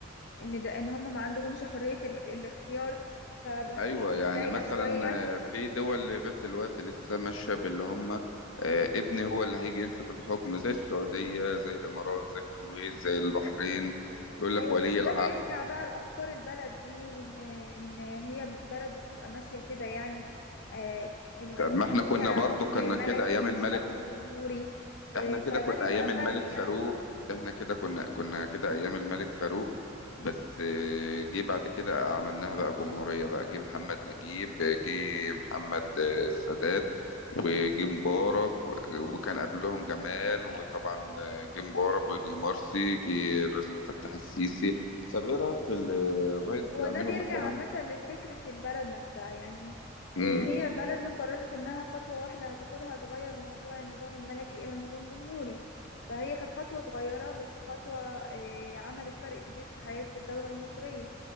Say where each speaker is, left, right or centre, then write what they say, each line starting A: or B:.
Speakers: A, on the left; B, on the left.
A: إن ده إن هم ما عندهمش حرية ال- الاختيار فبكون
B: ايوه يعني
A: متضايقة
B: مثلا
A: شوية
B: آه، في دول لغاية دلوقتي لسه ماشية باللي هم آه، ابني هو اللي هيجي يمسك الحكم زي السعودية زي الامارات زي الكويت زي البحرين يقول لك
A: أيوة
B: ولي
A: بس ده
B: العهد
A: بيرجع بقى لأفكار البلد دي وإن إن هي البلد دي بتبقى ماشية كده يعني آه، الحكم
B: طب ما احنا
A: فيها
B: كنا برضو
A: حكم
B: كنا
A: ملكي
B: كده ايام
A: مش
B: الملك
A: حكم جمهوري آه،
B: احنا كده
A: فده
B: كنا
A: بيبقى
B: ايام
A: فرق
B: الملك
A: يعني
B: فاروق احنا كده كنا كنا كده ايام الملك فاروق بس آه، جه بعد كده عملناها بقى جمهورية بقى جه محمد نجيب آه، جه محمد آه، السادات وجه مبارك و- وكان قبلهم جمال وطبعا آه، جه مبارك وجه مرسي جه الرئيس عبد الفتاح السيسي طب ايه رأيك في اللي الرئيس بيعمله
A: هو ده بيرجع
B: مثلا
A: عامة لفكرة البلد نفسها يعني
B: امم
A: آه، هي بلدنا قررت انها خطوة واحدة هتاخدها تغير موضوع النظام الملكي الى نظام جمهوري فهي كانت خطوة صغيرة بس خطوة آه، عملت فرق كبير في حياة الدولة المصرية